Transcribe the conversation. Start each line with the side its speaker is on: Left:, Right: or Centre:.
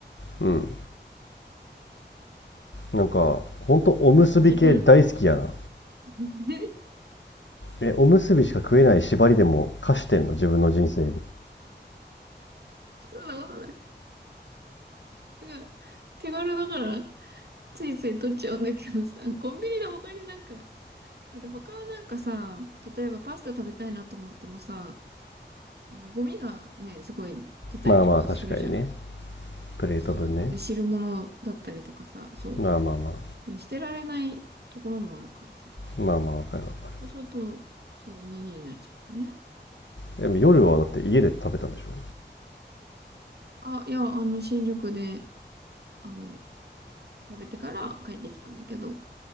Left: うん。なんか、ほんとおむすび系大好きやな。
Right: 聞いてる <laughs>
Left: え、おむすびしか食えない縛りでも貸してんの自分の人生に。
Right: そんなことない。なんか、手軽だから、ついつい取っちゃうんだけどさ、コンビニで他になんか、だって他はなんかさ、例えばパスタ食べたいなと思ってもさ、なんかゴミがね、すごい出たりとかするじゃん。
Left: まあまあ、確かにね。プレート分ね。
Right: そう。で、汁物だったりとかさ、そ
Left: まあまあまあ。
Right: う。で、捨てられないところもあるからさ。
Left: まあまあ、わかるわかる。
Right: そうすると、そう、おにぎりになっちゃうんだよね。
Left: でも夜はだって家で食べたんでしょ
Right: あ、いや、あの、新宿で、あの、食べてから帰ってきたんだけど、